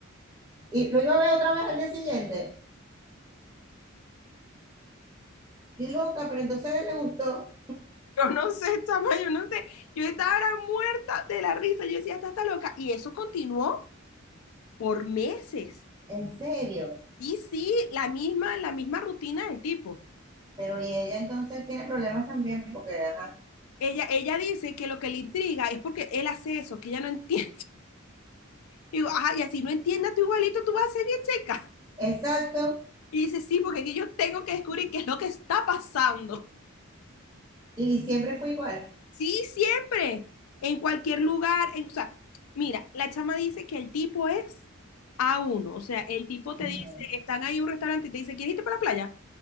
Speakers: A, on the right; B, on the left.
A: Y lo iba a ver otra vez al día siguiente. Qué loca, pero entonces a él le gustó.
B: Yo no sé, <laughs> chama, yo no sé. Yo estaba era muerta de la risa. Yo decía, esta está loca. Y eso continuó por meses.
A: En serio.
B: Y sí, la misma, la misma rutina del tipo.
A: Pero y ella entonces tiene problemas también porque, ajá.
B: Ella, ella dice que lo que le intriga es porque él hace eso, que ella no entiende. <laughs> Y digo, ajá, y así no entiendas tú igualito, tú vas a seguir checa.
A: Exacto.
B: Y dice, sí, porque aquí yo tengo que descubrir qué es lo que está pasando.
A: Y siempre fue igual.
B: Sí, siempre. En cualquier lugar. en- o sea, mira, la chama dice que el tipo es a uno. O sea, el tipo te
A: Ujú,
B: dice, están ahí en un restaurante y te dice, ¿quieres irte para la playa?